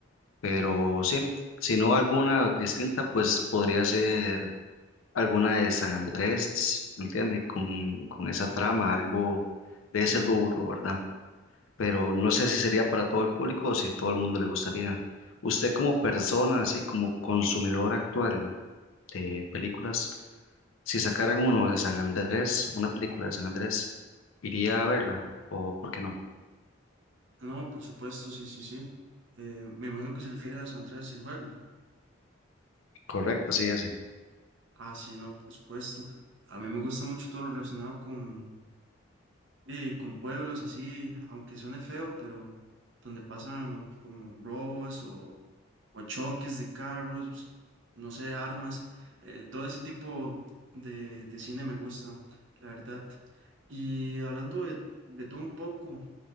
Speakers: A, on the left (about 75°); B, on the right (about 65°).
A: pero sí, si no alguna distinta, pues podría ser alguna de San Andrés, ¿entiende? Con, con esa trama, algo de ese rubro, ¿verdad? Pero no sé si sería para todo el público o si todo el mundo le gustaría. Usted como persona, así como consumidor actual de películas, si sacaran uno de San Andrés, una película de San Andrés, ¿iría a verla? ¿O por qué no?
B: No, por supuesto, sí, sí, sí. Eh, me imagino que se refiere a San Andreas el juego.
A: Correcto, sí, ese.
B: Ah, sí, no, por supuesto. A mí me gusta mucho todo lo relacionado con, eh, con pueblos así, aunque suene feo, pero donde pasan como robos o o choques de carros, pues, no sé, armas, eh, todo ese tipo de, de cine me gusta, la verdad. Y hablando de, de todo un poco,